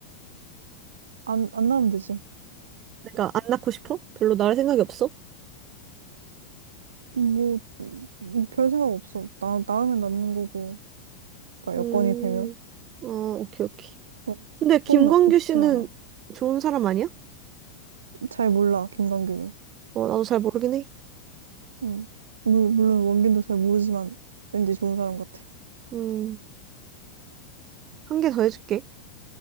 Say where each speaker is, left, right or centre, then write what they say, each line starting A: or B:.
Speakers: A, on the right (about 65°); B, on the right (about 35°).
A: 안, 안 나으면 되지.
B: 내가 안 낳고 싶어? 별로 낳을 생각이 없어?
A: 뭐, 음, 별 생각 없어. 나, 낳으면 낳는 거고. 그러니까
B: 음,
A: 여건이 되면.
B: 어, 오케이, 오케이.
A: 어,
B: 근데 김광규
A: 꼭 낳고 싶진
B: 씨는
A: 않아.
B: 좋은 사람 아니야?
A: 잘 몰라, 김광규는.
B: 어, 나도 잘 모르긴 해.
A: 응. 물- 물론 원빈도 잘 모르지만 왠지 좋은 사람 같아.
B: 음, 한 개 더 해줄게.